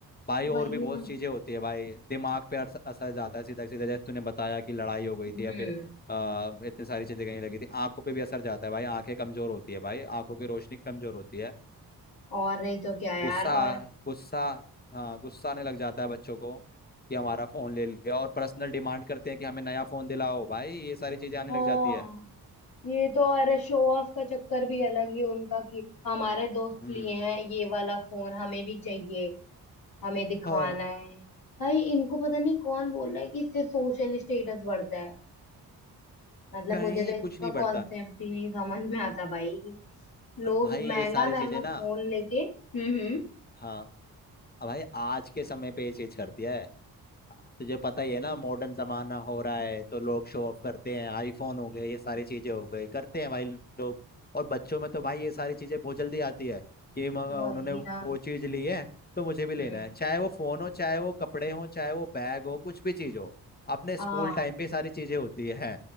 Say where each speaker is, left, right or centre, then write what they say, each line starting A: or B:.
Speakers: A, on the left; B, on the left.
A: भाई और
B: वही
A: भी बहुत
B: ना
A: चीजें होती है भाई दिमाग पे असर असर जाता है सीधा सीधा जैसे तूने बताया कि लड़ाई हो गई
B: हम्म
A: थी या फिर आ, इतनी सारी चीजें कहीं लगी थी आंखों पे भी असर जाता है भाई आंखें कमजोर होती है भाई आंखों की रोशनी कमजोर होती है
B: और नहीं तो क्या यार
A: गुस्सा
B: और
A: गुस्सा हाँ गुस्सा आने लग जाता है बच्चों को कि हमारा फोन ले लिया और पर्सनल डिमांड करते हैं कि हमें नया फोन दिलाओ भाई ये सारी चीजें आने
B: हाँ
A: लग जाती है
B: ये तो अरे शो ऑफ का चक्कर भी अलग ही उनका कि हमारे दोस्त
A: हम्म
B: लिए हैं ये वाला फोन हमें भी चाहिए हमें दिखाना
A: हाँ
B: है भाई इनको पता नहीं कौन बोल रहा है कि इससे सोशल स्टेटस बढ़ता है मतलब
A: कहीं
B: मुझे तो इसका
A: कुछ नहीं बढ़ता
B: कॉन्सेप्ट ही नहीं समझ में आता भाई कि लोग
A: भाई
B: महंगा
A: ये सारी
B: महंगा
A: चीजें
B: फोन
A: ना
B: लेके हम्म हम्म
A: हाँ भाई आज के समय पे ये चीज करती है तुझे पता ही है ना मॉडर्न जमाना हो रहा है तो लोग शो ऑफ करते हैं आईफोन हो गए ये सारी चीजें हो गई करते हैं भाई लोग और बच्चों में तो भाई ये सारी चीजें बहुत जल्दी आती है कि म-
B: वही
A: उन्होंने
B: ना
A: वो चीज ली है तो मुझे भी लेना
B: हम्म।
A: है चाहे वो फोन हो चाहे वो कपड़े हो चाहे वो बैग हो कुछ भी चीज हो अपने
B: हाँ
A: स्कूल टाइम पे ये सारी चीजें होती है